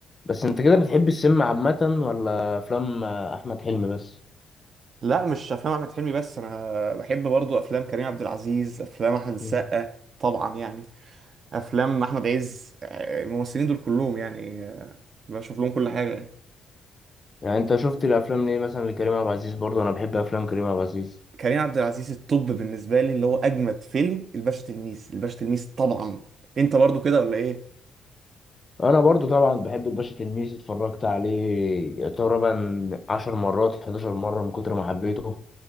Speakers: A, on the left; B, on the right.
A: بس انت كده بتحب السينما عامه ولا افلام آه، احمد حلمي بس
B: لا مش افلام احمد حلمي بس انا بحب برضو افلام كريم عبد العزيز افلام احمد السقا
A: مم.
B: طبعا يعني افلام احمد عز آه، الممثلين دول كلهم يعني آه، بشوف لهم كل حاجه يعني
A: يعني انت شفت الافلام ليه مثلا لكريم عبد العزيز برضه انا بحب افلام كريم عبد العزيز
B: كريم عبد العزيز الطب بالنسبه لي اللي هو اجمد فيلم الباشا تلميذ الباشا تلميذ طبعا انت برضو كده ولا ايه
A: انا برضه طبعا بحب الباشا تلميذ اتفرجت عليه تقريبا 10 مرات 11 مره من كتر ما حبيته